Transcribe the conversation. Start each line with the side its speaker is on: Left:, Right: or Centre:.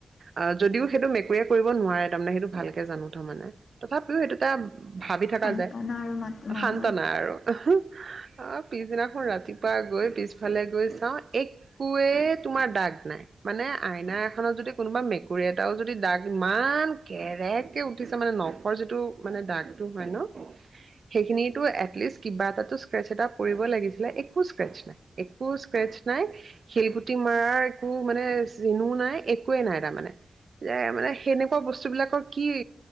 Right: অ, যদিও সেইটো মেকুৰীয়ে কৰিব নোৱাৰে তাৰমানে সেইটো ভালকে জানো থ মানে। তথাপিও সেইটো এটা ভাবি থকা
Left: সান্তনা
Right: যায়,
Left: আৰু মাত মানুহ
Right: সান্ত্বনা আৰু। অ, পিছদিনাখন ৰাতিপুৱা গৈ পিছফালে গৈ চাওঁ একোৱেই তোমাৰ দাগ নাই। মানে আইনা এখনত যদি কোনোবা মেকুৰী এটাও যদি দাগ ইমান কেৰেক কে উঠিছে মানে নখৰ যিটো মানে দাগটো হয় ন'। সেইখিনিতো এটলিষ্ট কিবা এটাতো স্ক্ৰেছ এটা পৰি কৰিব লাগিছিলে একো স্ক্ৰেচ নাই। একো স্ক্ৰেচ নাই। শিলগুটি টি মাৰাৰ একো মানে চিনো নাই একোৱেই নাই তাৰমানে। যে মানে সেনেকুৱা বস্তু বিলাকৰ কি